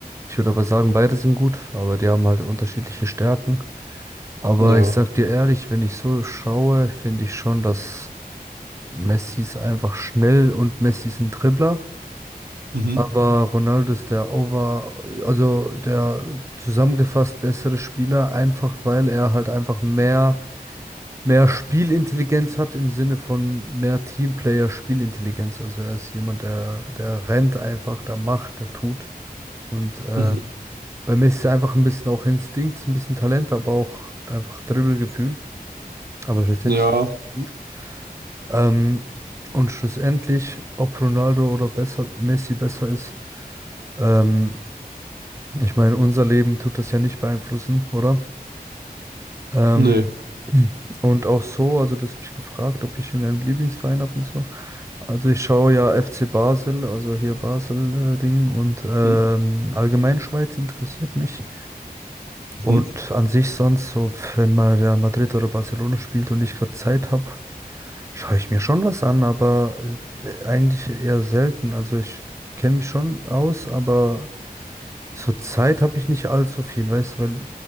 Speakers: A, on the right; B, on the right.
A: Ich würde aber sagen, beide sind gut, aber die haben halt unterschiedliche Stärken. Aber
B: Ja.
A: ich sag dir ehrlich, wenn ich so schaue, finde ich schon, dass Messi ist einfach schnell und Messi ist ein Dribbler.
B: Mhm.
A: Aber Ronaldo ist der over, also der zusammengefasst bessere Spieler, einfach weil er halt einfach mehr, mehr Spielintelligenz hat im Sinne von mehr Teamplayer-Spielintelligenz. Also er ist jemand, der, der rennt einfach, der macht, der tut. Und äh,
B: Mhm.
A: bei Messi ist einfach ein bisschen auch Instinkt, ein bisschen Talent, aber auch einfach Dribbelgefühl. Aber schlussendlich
B: Ja.
A: sind beide gut. Ähm, und schlussendlich, ob Ronaldo oder besser, Messi besser ist, ähm, Ich meine, unser Leben tut das ja nicht beeinflussen, oder? Ähm,
B: Nee.
A: <clears throat> und auch so, also du hast mich gefragt, ob ich irgendeinen Lieblingsverein habe und so. Also ich schaue ja FC Basel, also hier Basel-Ding und ähm,
B: Mhm.
A: allgemein Schweiz interessiert mich. Und
B: Mhm.
A: an sich sonst, so wenn mal Real Madrid oder Barcelona spielt und ich gerade Zeit habe, Schaue ich mir schon was an, aber äh, eigentlich eher selten. Also ich kenne mich schon aus, aber so Zeit habe ich nicht allzu viel, weißt du, weil,